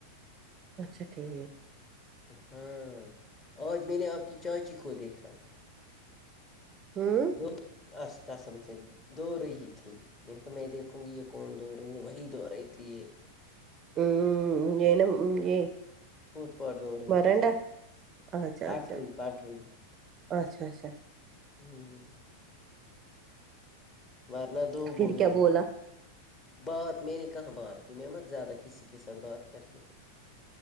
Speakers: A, on the right (about 30°); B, on the left (about 25°).
A: اچھا ٹھیک
B: ہاں آج میں نے آپ کی چاچی کو دیکھا
A: ہوں
B: دو اس قسم سے دو رہی تھی ملکی نے کہا میں دیکھوں گی یہ کون دوہ رہی ہے وہی دوہ رہی تھی یہ
A: <unintelligible>
B: پوٹ پد ہو رہی
A: برنڈا
B: تھی
A: اچھا
B: پاٹری
A: اچھا اچھا
B: پاٹری
A: اچھا اچھا
B: ہوں ورنہ دوبو
A: پھر
B: ہیی
A: کیا بولا
B: بات میں نے کہاں بات کی میں مت زیادہ کسی کے ساتھ بات کرتی ہوں